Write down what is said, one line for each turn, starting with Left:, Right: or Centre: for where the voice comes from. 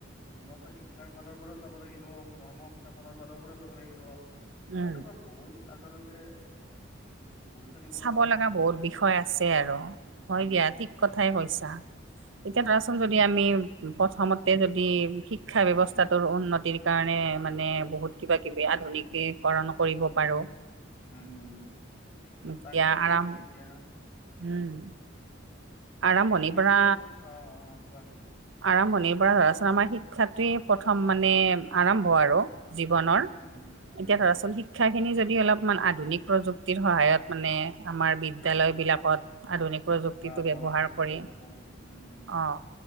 Left: উন্নত শিক্ষাৰ ফালৰ পৰা চাব লাগিব, কৰ্ম সংস্থাপনৰ ফালৰ পৰা চাব লাগিব। এনেকুৱা
Right: উম
Left: বহুত আচলতে গুৰুত ত দিব
Right: চাব
Left: লগা বহুত আছে উম
Right: বিষয় আছে আৰু
Left: উম।
Right: হয় দিয়া ঠিক কথাই কৈছা। এতিয়া ধৰাচোন যদি আমি প্ৰথমতে যদি শিক্ষা ব্যৱস্থাটোৰ উন্নতিৰ সেইকাৰণে মানে, বহুত কিবা কিবি আধুনিকীকৰণ কৰিব পাৰোঁ।
Left: উম! উম!
Right: এতিয়া
Left: তাকেই, দিয়াচোন
Right: আৰাম
Left: এতিয়া।
Right: উম!
Left: তাকে,
Right: আৰম্ভণিৰ
Left: শিক্ষা
Right: পৰা
Left: ব্যৱ অ' অ'! কোৱা?
Right: আৰম্ভণিৰ পৰা, আচল আমাৰ, শিক্ষাটোৱে প্ৰথম মানে, আৰম্ভ আৰু। জীৱনৰ।
Left: উম, হুম, উম।
Right: এতিয়া, ধৰাচোন শিক শিক্ষাখিনি, যদি অলপমান আধুনিক প্ৰযুক্তিৰ সহায়ত মানে, আমাৰ বি বিদ্যালয় বিলাকত আধুনিক প্ৰযুক্তিটো
Left: বা
Right: ব্যৱহাৰ
Left: মহাবিদ্যয়ালয়সমূহ।
Right: কৰি
Left: উম! উম!
Right: অ